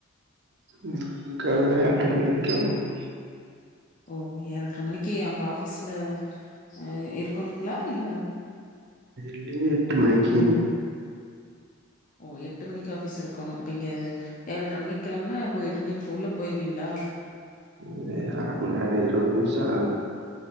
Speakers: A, on the right; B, on the left.
A: ம் கால்ல ஏழ்ர மணிக் கெளம்பணு.
B: ஓ ஏழ்ர மணிக்கி அங்க ஆஃபீஸ்ல அ இருக்கணுங்ளா இல்ல?
A: இல்லீங் எட்டு மணிக்கி.
B: ஓ எட்டு மணிக்கு ஆஃபீஸ் இருக்கோணு. இப்ப இங்க ஏழ்ர மணிக் கெளம்புனா ப்போ எ ட்டு மணிக் உள்ள போயிருவிங்ளா?
A: இது அர மண் நேரோ இருவது நிம்ஷோ.